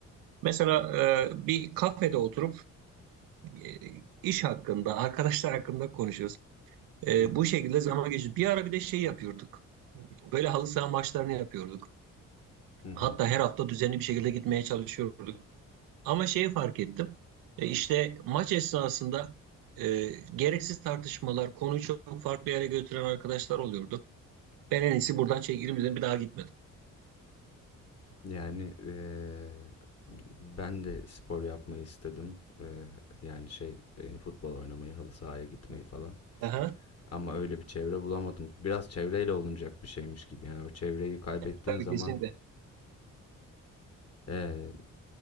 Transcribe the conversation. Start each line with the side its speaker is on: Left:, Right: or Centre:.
Right: Mesela e, bir kafede oturup e, iş hakkında, arkadaşlar hakkında konuşuyoruz. E,
Left: Hı hı.
Right: bu şekilde zaman geçiyor. Bir ara bir de şey yapıyorduk. Böyle halı saha maçlarını yapıyorduk.
Left: Hı hı.
Right: Hatta her hafta düzenli bir şekilde gitmeye çalışıyorduk. Ama şeyi fark ettim. E, işte maç esnasında e, gereksiz tartışmalar, konuyu çok farklı yere götüren arkadaşlar oluyordu. Ben en iyisi buradan çekilirim dedim. Bir daha gitmedim.
Left: Yani ee, ben de spor yapmayı istedim. Ee, yani şey ee, futbol oynamayı, halı sahaya gitmeyi falan.
Right: Aha.
Left: Ama öyle bir çevre bulamadım. Biraz çevreyle olunacak bir şeymiş gibi. Yani o çevreyi kaybettiğin
Right: Evet, Tabii
Left: zaman
Right: kesinlikle.
Left: Ee,